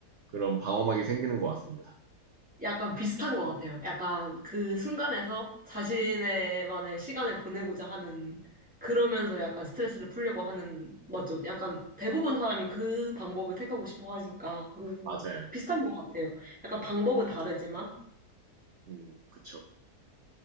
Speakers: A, on the right (about 55°); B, in the centre.
A: 그런 방어막이 생기는 것 같습니다.
B: 약간 비슷한 것 같아요. 약간 그 순간에서 자신의만의 시간을 보내고자 하는, 그러면서 약간 스트레스를 풀려고 하는, 맞죠? 약간 대부분 사람이 그 방법을 택하고 싶어 하니까, 오,
A: 맞아요.
B: 비슷한 것 같아요. 약간 방법은 다르지만,
A: 음, 그쵸.